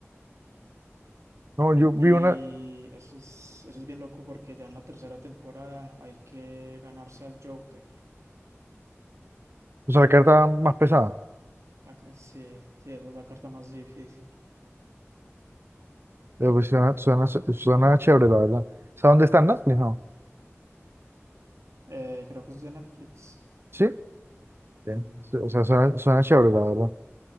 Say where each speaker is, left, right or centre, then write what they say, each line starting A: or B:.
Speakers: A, on the right (about 55°); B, on the right (about 80°).
A: No, yo vi
B: Y
A: una,
B: eso es, eso es bien loco porque ya en la tercera temporada hay que ganarse al Joker.
A: o sea, la carta más pesada.
B: La ca- sí, sí, esa es la carta más difícil.
A: Eh, pues suena, suena, suena chévere, la verdad. ¿Sabes dónde están Netflix?
B: Mm.
A: No.
B: Eh, creo que es de Netflix.
A: ¿Sí? Bien.
B: Mm.
A: O sea, suena, suena chévere, la verdad.